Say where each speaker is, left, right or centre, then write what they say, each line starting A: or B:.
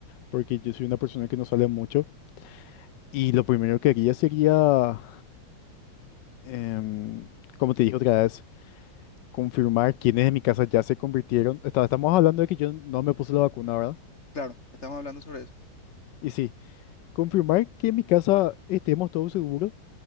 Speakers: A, on the left (about 70°); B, on the left (about 30°).
A: porque yo soy una persona que no sale mucho. Y lo primero que haría sería, em, como te dije otra vez, confirmar quiénes de mi casa ya se convirtieron. Está- Estamos hablando de que yo no me puse la vacuna, ¿verdad?
B: Claro, estamos hablando sobre eso.
A: Y sí, confirmar que en mi casa estemos todos seguros.